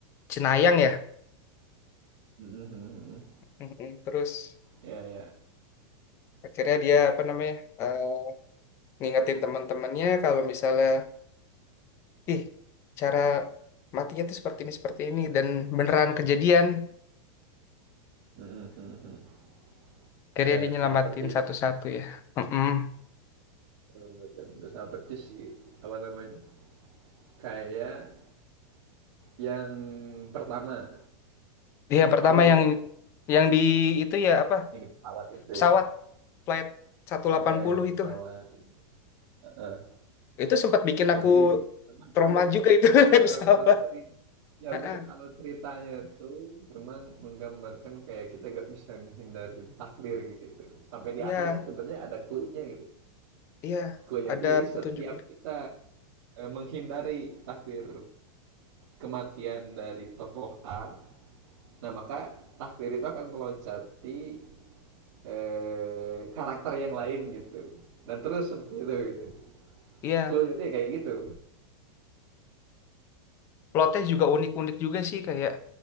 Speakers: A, on the left; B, on the right.
A: cenayang ya
B: Mm-mm, mm
A: Mm-mm. terus
B: ya. ya.
A: akhirnya dia apa namanya eh, ngingetin teman-temannya kalau misalnya ih cara matinya tuh seperti ini seperti ini dan beneran kejadian
B: Mm-mm, mm
A: akhirnya
B: Ya,
A: dia nyelamatin
B: sama percis.
A: satu-satu ya Mm-mm.
B: Betul, betul, betul. Sama percis sih. Apa namanya? Kayak yang pertama.
A: dia pertama
B: Tahu
A: yang
B: gak?
A: yang di itu ya apa
B: Yang di pesawat itu
A: pesawat
B: ya.
A: flight 180
B: eh ini pesawat.
A: itu
B: Heeh.
A: Itu sempat bikin
B: Nah,
A: aku
B: jadi memang
A: trauma
B: alur
A: juga itu <laughs> naik
B: heeh,
A: pesawat.
B: alur cerita ya
A: Heeh.
B: benar alur ceritanya tuh memang menggambarkan kayak kita gak bisa menghindarin takdir gitu. Sampai di
A: Iya,
B: akhir kan sebenarnya ada clue-nya gitu.
A: iya,
B: Clue-nya
A: ada
B: tuh jadi setiap
A: petunjuknya.
B: kita eh, menghindari takdir kematian dari tokoh A, nah maka takdir itu akan meloncati eh, karakter yang lain gitu. Dan terus seperti itu gitu.
A: Iya,
B: Clue-nya tuh ya kayak gitu.
A: plotnya juga unik-unik juga sih kayak